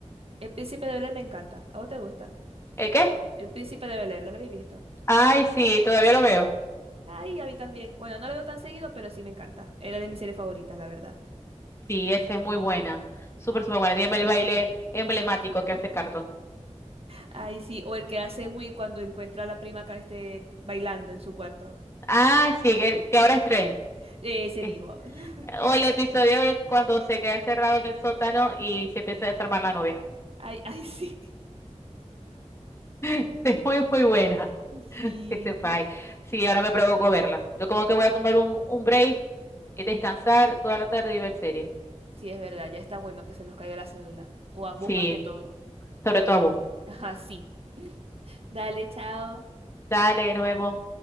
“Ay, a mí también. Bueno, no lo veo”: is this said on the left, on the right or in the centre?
Right